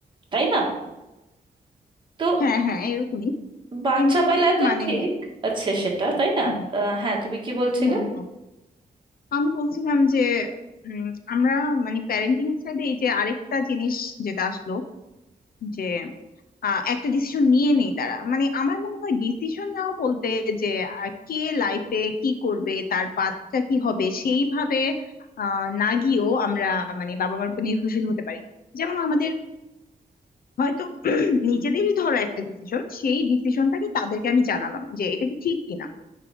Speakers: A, on the right (about 30°); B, on the left (about 65°).
A: তাই না তো
B: হ্যাঁ হ্যাঁ এরকমই
A: বাচ্চা
B: কিন্তু
A: বেলায়
B: হচ্ছে
A: তো
B: মানে
A: ঠিক আছে সেটা তাই
B: হুম,
A: না তা, হ্যাঁ তুমি কি বলছিলে
B: হ্যাঁ হ্যাঁ আমি বলছিলাম যে উম, আমরা মানে প্যারেন্টিং সাইডে এই যে আরেকটা জিনিস যেটা আসলো যে আহ, একটা ডিসিশন নিয়ে নেই তারা মানে আমার মনে হয় ডিসিশন নেওয়া বলতে যে আহ, কে লাইফে কি করবে তার বাচ্চা কি হবে সেইভাবে আহ, না গিয়েও আমরা মানে বাবা মার উপর নির্ভরশীল হতে পারি যেমন আমাদের হয়তো <clears throat> নিজেদেরই ধরো একটা ডিসিশন সেই ডিসিশনটাকে তাদেরকে আমি জানালাম যে এটা কি ঠিক কিনা